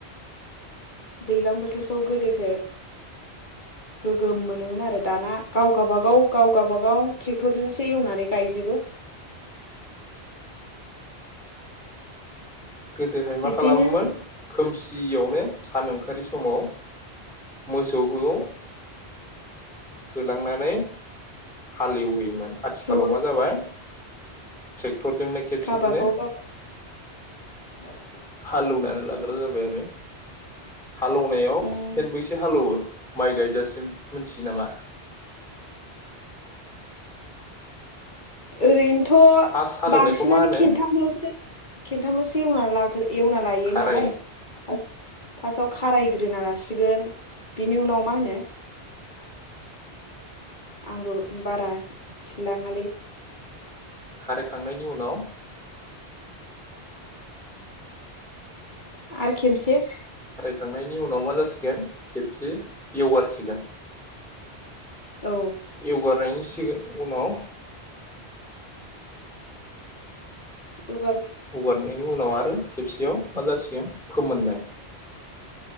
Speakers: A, on the left; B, in the centre.
A: दैलां बो थोरखौ गोदोसो गोगोम मोनोमोन आरो दाना गाव गाबागाव गाव गाबागाव ट्रेक्टरजोंसो एवनानै गायजोबो।
B: गोदोहाय मा
A: बिदिनो
B: खालामोमोन खोमस दियावनो सान ओंखारि समाव मोसौखौ होलांनानै हालेव हैयोमोन आथिखालाव
A: ज'
B: मा
A: ज'
B: जाबाय थेक टरजोंनो खेबसेनो
A: गाबागाव
B: <inaudible>
A: गाव <unintelligible>
B: हालौनानै लाग्रा जाबाय आरो हालौनायाव
A: उम
B: सेनबैसो हालौवो माइ गायजासिम मिनथियो नामा <inaudible>
A: ओरैनोथ' थ'
B: फार्स्ट हालेवनायखौ
A: बांसिनानो
B: मा होनो
A: खेन्थामल'सो खिन्थामल'सो एवना लाग्रो एवना लायो
B: खारायनाय
A: नालाय फार्स्टआव खारायग्रोना लासिगोन बिनि उनाव मा होनो आंबो बारा थिलाङालै
B: खारायखांनायनि उनाव
A: आरो खेबसे
B: खांनायनि उनाव मा जासिगोन खेबसे एवगारसिगोन
A: औ
B: एवगारनायनि सि उनाव
A: <unintelligible> बिनि
B: हगारनायनि उनाव आरो खेबसेयाव मा जासिगोन फोमोननाय